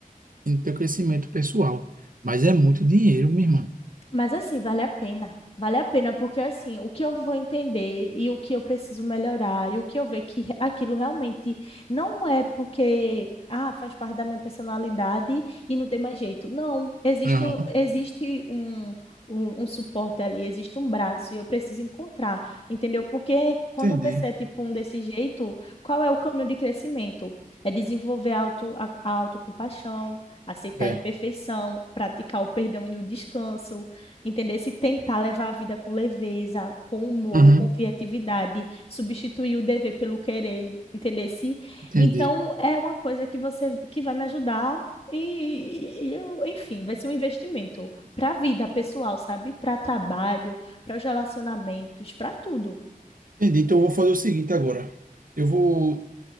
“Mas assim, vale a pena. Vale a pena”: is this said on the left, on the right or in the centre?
Left